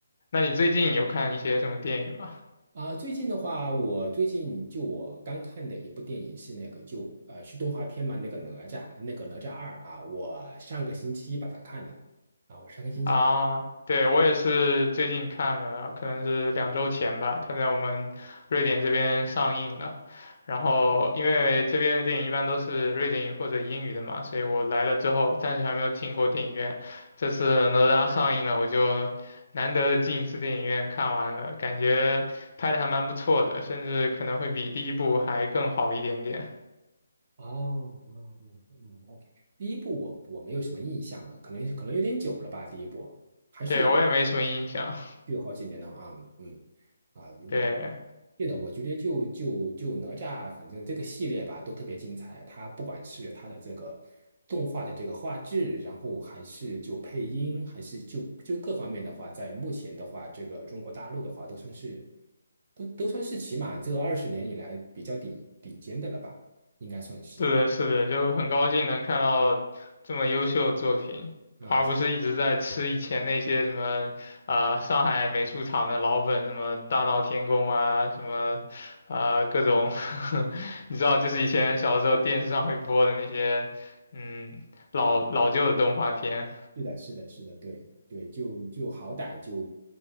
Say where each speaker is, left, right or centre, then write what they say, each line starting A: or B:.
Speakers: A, on the left (about 40°); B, on the right (about 30°).
A: 那你最近有看一些什么电影吗？
B: 来啊，最近的话，我最近就我刚看的一部电影是那个就呃是动画片嘛，那个哪吒，那个哪吒二啊，我上个星期把它看了啊，我上个星期把
A: 啊，对，我也是最近看了，可能是两周前吧，它在我们瑞典这边上映了。然后，因为这边的电影一般都是瑞典语或者英语的嘛，所以我来了之后，暂时还没有进过电影院。这次哪吒上映了，我就难得的进一次电影院看完了，感觉拍的还蛮不错的，甚至可能会比第一部还更好一点点。
B: 哦，哦哦哦，OK，第一部我我没有什么印象了，可能可能有点久了吧，第一部还是有
A: 对，我也没什么印象。
B: 有好几年了啊，嗯啊，
A: <laughs> 对，
B: 我对的，我觉得就就就哪吒，反正这个系列吧都特别精彩，它不管是它的这个动画的这个画质，然后还是就配音，还是就就各方面的话，在目前的话，这个中国大陆的话，都算是都都算是起码这二十年以来比较顶顶尖的了吧，应该算是。
A: 是的，是的，就很高兴能看到这么优秀的作品，
B: 啊。
A: 而不是一直在吃以前那些什么，呃，上海美术厂的老本，什么大闹天宫啊，什么，呃，各种，<laughs> 你知道，就是以前小时候电视上会播的那些，嗯，老老旧的动画片。
B: 是的，是的，是的，对对，就就好歹就